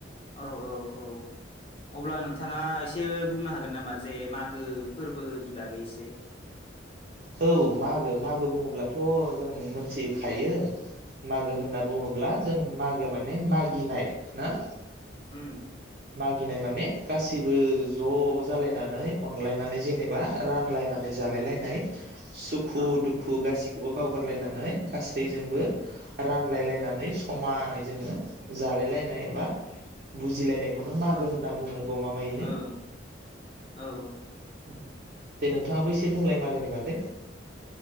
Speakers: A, on the left; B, on the right.
A: औ औ औ अब्ला नोंथाङा एसे बुंनो हा गोन नामा जे मागो फोरबोनि बागै एसे
B: औ मागो मागो बुङोब्लाथ' जों मोनथिखायो मागो होनना बुङोब्ला जों मागो माने मागिनाय ना
A: उम
B: मागिनाय माने गासिबो ज' जालायनानै अनलायनानै जेनेबा रानलायनानै जालाय लायनाय सुखु
A: औ
B: दुखु गासि खौबो बावगारलायनानै गासैबो रानलाय लायनानै समानै जोङो जालायनाय एबा बुजिलायनायखौ नो मागो
A: औ
B: होनना बुङो गमामायैनो
A: औ औ
B: उम दे नोंथाङाबो एसे बुंलाय मागोनि बागै